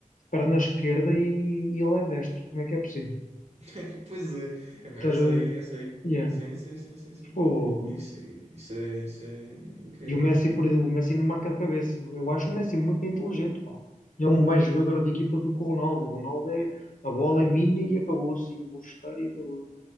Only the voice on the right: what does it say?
<laughs> e pois é, epá,
essa
aí, essa aí,
sim, sim, sim, sim, sim.
Isso, isso é, isso é incrível,
não